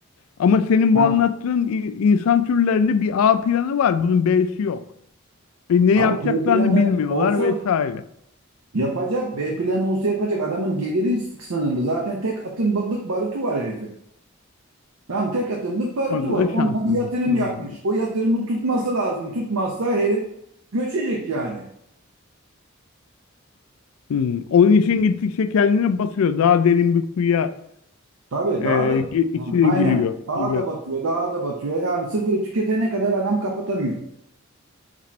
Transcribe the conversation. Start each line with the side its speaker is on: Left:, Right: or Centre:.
Left: Ama senin
Right: Ha,
Left: bu anlattığın i- insan türlerinde bir A planı var, bunun B'si yok. Ve ne
Right: abi
Left: yapacaklarını
Right: B planı
Left: bilmiyorlar
Right: olsa
Left: vesaire.
Right: yapacak, B planı olsa yapacak. Adamın geliri sınırlı. Zaten tek atımlık barutu var herifin. Tamam tek atımlık barutu
Left: Orada
Right: var.
Left: da
Right: Onunla
Left: şanslısın.
Right: bir yatırım
Left: Hmm.
Right: yapmış. O yatırımı tutması lazım. Tutmazsa herif göçecek yani.
Left: Hmm. Onun için gittikçe kendini basıyor. Daha derin bir kuyuya
Right: Tabii
Left: e,
Right: daha da
Left: gi- içine
Right: yani aynen.
Left: giriyor
Right: Dağa
Left: gibi.
Right: da batıyor, dağa da batıyor. Yani sıfırı tüketene kadar adam kapatamıyor.